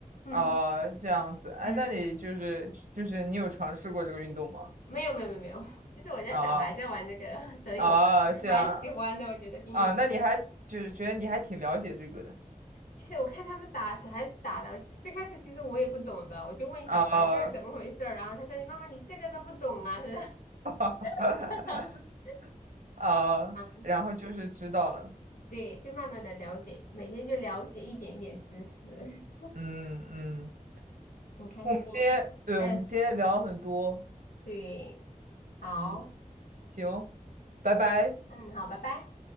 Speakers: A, on the right (about 75°); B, on the left (about 80°).
A: 啊、
B: <laughs>
A: 这样子，哎，
B: 嗯，
A: 那你就是就是你有尝试过这个运动吗？
B: 没有没有没有没有，<laughs> 就是我家小孩在玩这个，
A: 啊
B: <laughs> 所以我我就蛮喜欢的，
A: 啊，这样
B: 我觉得挺有趣的。
A: 啊，那你还就是觉得你还挺了解这个的
B: 其实我看他们打小孩子打的，最最开始其实我也不懂的，我就问小孩这是怎么回事儿，
A: 啊
B: 然后他说你妈妈你这个都不懂啊，他说
A: <laughs>
B: <laughs>
A: 啊，
B: 啊，
A: 然后就是知道了，
B: 对，就慢慢的了解，每天就了解一点点知识，
A: 嗯嗯，
B: <laughs> 很开心。
A: 我们今天对我们今天聊了很多，
B: 嗯，对，好，
A: 嗯。行，拜拜。
B: 嗯，好，拜拜。